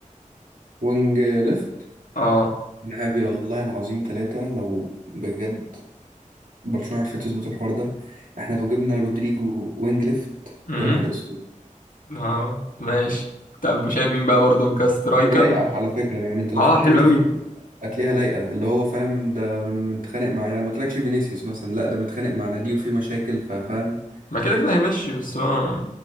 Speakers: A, on the right; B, on the left.
A: وينج ليفت
B: اه
A: نهائي والله العظيم ثلاثة لو بجد برشلونة عرفت تظبط الحوار ده احنا لو جبنا رودريجو وينج ليفت
B: امم
A: يا نهار اسود
B: اه ماشي طب وشايف مين بقى برضه كسترايكر
A: ولايقة
B: من-
A: على فكرة يعني انت لو
B: اه
A: فكرت
B: حلو قوي
A: فيها هتلاقيها لايقة اللي هو فاهم ده من متخانق مع يعني ما قلتلكش فينيسيوس مثلا لا ده متخانق مع نادي وفي مشاكل ففاهم
B: ما كده كده هيمشي بس هو